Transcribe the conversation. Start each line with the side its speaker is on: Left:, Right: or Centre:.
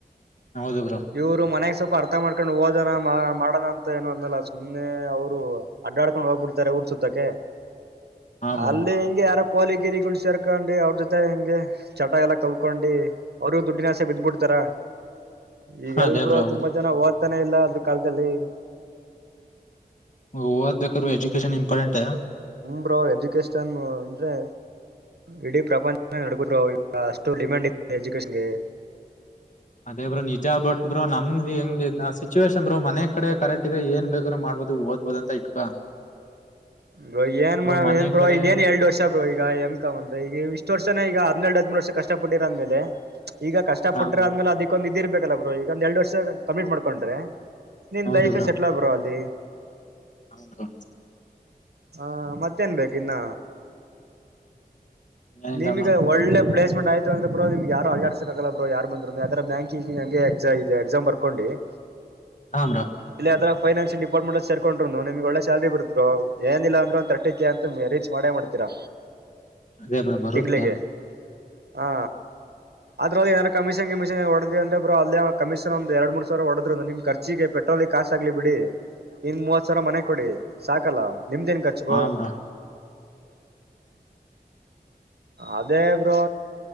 Left: ಹೌದಬ್್ರರು
Right: ಇವ್ರು ಮನೆಾಗ ಸ್ವಲ್ಪ ಅರ್ಥ ಮಾಡ್ಕೊಂಡು ಓದೋಣ ಮಾಡೋಣ ಅಂತ ಏನು ಅಂದಲ್ಲ ಸುಮ್ನೆ ಅವರು ಅಡ್ಡಾಡ್ಕೊಂಡು ಹೋಗ್ಬಿಡ್ತಾರೆ ಊರ್ ಸುತ್ತಕ್ಕೆ
Left: ಹಾ ಬ್ರೋ
Right: ಅಲ್ಲಿ ಹಿಂಗೆ ಯಾರ ಪೋಲಿಗಿರಿಗಳು ಸೇರ್ಕೊಂಡಿ ಅವ್ರ ಜೊತೆ ಹೆಿಂಗೆ ಚಟಾಗ ಎಲ್ಲ ಕಲ್ಕೊಂಡಿ ಅವರು ದುಡ್ಡಿನಸೆ ಬಿದ್ಬಿಡ್ತಾರ ಈಗ ಎಲ್ಬರುೂ
Left: ಅದೇ ಬ್ರೋ ಹೌದು
Right: ತುಂಬಾ ಜನ ಓದ್ತಾನೇ ಇಲ್ಲ ಅದ್ರ ಕಾಲದಲ್ಲಿ
Left: ಹಓದ್ ಬೇಕಾದ್ರು ಎಜುಕೇಶನ್ ಇಂಪಾರ್ಟೆಂಟ್
Right: ನ್ರ ಎಜುಕೇಶನ್ ಅಂದ್ರೆ ಇಡೀ ಪ್ರಪಂಚ ನಡಗುದ್ರು ಈಗ ಅಷ್ಟು ಡಿಮ್ಯಾಂಡ್ ಇದೆ ಎಜುಕೇೇಶನ್ ಗೆ
Left: ಅದೇ ಬ್ರೋ ನಿಜಾ ಬಟ್ ಬ್ರೋ ನಮ್ದ್ ಹೆಂಗ ಸಿಚುವೇೇಶನ್ ಬ್ರೋ ಮನೆ ಕಡೆ ಕರೆಕ್ಟ್ ಇದೆ ಏನ್ ಬೇಕ್ರ ಮಾಡ್ಬೋದು ದ್ ಹಬೋದ ಅಂತ ಇಟ್ಕಾ
Right: ಬ ಏನ್
Left: ಮನೆ
Right: ಏನ್್ರೋ
Left: ಕಡೆ
Right: ಇನ್ನೇನ್ ಎಡುಷ ಷ್ಟರು ಈಗ ಎಮ ಕಮ ಅಂದ್ರೆ ಈಗ ಇಷ್ಟ ವರ್ಷನ ಈಗ ಹದ್ರಡ್ ಹದ್ೂರು ವರ್ಷ ಕಷ್ಟಪಟ್ಟಿರ ಅಂದ್ಮೇಲೆ ಈಗ ಕಷ್ಟ
Left: ಹಾ
Right: ಪಟ್ಟಟ್ರೆ
Left: ಬ್ರೋ
Right: ಆದ್ಮೇಲೆ ಅದಕ್ಕೊಂದ್ ಇದ ಇರ್ಬೇಕಲ್ಲ ಅವರು ಈಗೊಂದ್ ಎರಡ್ ವರ್ಷ ಕಂಪ್ಲೀಟ್ ಮಾಡ್ಕೊಂಡ್ರೆ ನಿನ್
Left: ಹೌದು
Right: ಲೈಫ್ ಸೆಟ್ಲ್ ಆಗ್ಬರ ಅಲ್ಲಿ
Left: ಹೌದಾ
Right: ಹಾ ಮತ್ತೇನ್ ಬೇಕು ಇನ್ನ.
Left: ಏನಿಲ್ಲ
Right: ನಿನ್ಗೆ
Left: ಬ್ರೋ
Right: ಒಳ್ಳೆ ಪ್ಲೇಸ್ಮೆಂಟ್ ಆಯ್ತ ಅಂದ್ರ ಬ್ರೋಮ್ಗೆ ಯಾರ ಆಡಡ್ಸಕ್ಕಾಗಲ್ಲ ಬ್ರೋ ಯಾರ ಬಂದ್ರು ಯ ತರ ಬ್ಯಾಂಿಂಗ ಹಂಗೆ ಎ ಇ ಎಸಾಮ್ ಬರ್ಕೊಂಡಿ <inaudible>
Left: ಹ ಬ್ರೋ.
Right: ಇಲ್ಲಿ ಅದರ ಫೈನಾನ್ಸಿಯಲ್ ಡಿಪಾರ್ಮೆಂ ಅಲ್ಲಿ ಸರ್ಕೊಂಡ್ರುನು ನಿಮಗ ಒಳ್ಳೆ ಸ್ಯಾಲರಿ ಬರತ್ ಬ್ರೋ. ಏನಿಲ್ಲ ಅಂದ್ರೆ ಒಂದ ತಿರ್ಟಿ ಕೆ ಅಂತು ರೀಚ್ ಮಾಡೇ ಮಾಡ್ತೀರಾ.
Left: ಅದೇ ಬ್ರೋ ಬರುತ್ತೆ
Right: ತಿಂಗಳಿಗೆ ಹಾ. ಅದ್ರಲ್ಲಿ ಏನಾರ ಕಮಿಷನ್ ಕಮಿನ್ಡೆದ್ ಅಂತರ ಬ್ರೋ ಕಮಿಷನ್ ಒಂದ ಎರಡ್ ಮೂರ ಸಾವಿರ ಹೊಡದ್ರಿ ಅಂದ್ರೆ ನಿಮ ಖರ್ಚಿಗೆ. ಪೆಟ್ರೋಲ್ ಗ ಕಾಸ ಆಗ್ಲಿ ಬಿಡಿ ಇನ್ ಮೂವತ್ ಸಾವಿರ ಮನೆ ಕೊಡಿ ಸಾಕಲ್ಲ ನಿಮ್ದೇನ್. ಖರ್ಚು ಬ್ರೋ
Left: ಹ ಬ್ರೊ.
Right: ಅದೇ ಬ್ರೋ.